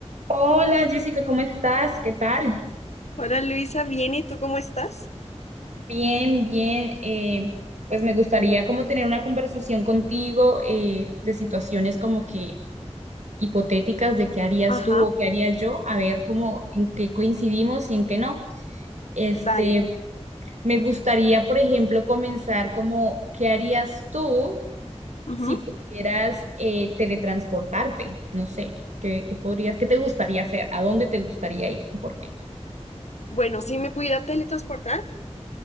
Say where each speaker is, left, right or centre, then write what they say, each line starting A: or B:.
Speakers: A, on the right (about 80°); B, on the left (about 70°).
A: Hola Jessica, ¿cómo estás? ¿Qué tal?
B: Hola Luisa, bien, ¿y tú cómo estás?
A: Bien, bien. eh, pues me gustaría como tener una conversación contigo eh, de situaciones como que hipotéticas de qué harías
B: Ajá,
A: tú o qué haría yo, a ver cómo en qué coincidimos y en qué no. Este,
B: Vale.
A: me gustaría, por ejemplo, comenzar como qué harías tú
B: ujú.
A: si pudieras eh, teletransportarte. No sé, ¿qué, qué podrías, qué te gustaría hacer? ¿A dónde te gustaría ir y por qué?
B: Bueno, si me pudiera teletransportar,